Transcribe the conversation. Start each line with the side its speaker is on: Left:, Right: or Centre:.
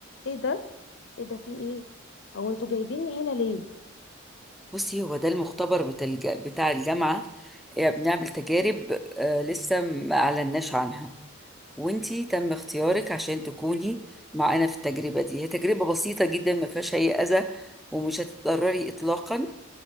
Left: ايه ده ايه ده في ايه هو انتوا جايبيني هنا ليه
Centre: بصي هو ده المختبر بتاع الج- بتاع الجامعة آه، بنعمل تجارب آه، لسه ما أعلناش عنها وانتي تم اختيارك عشان تكوني معانا في التجربة دي هي تجربة بسيطة جدا ما فيهاش أي أذى ومش هتتضرري إطلاقا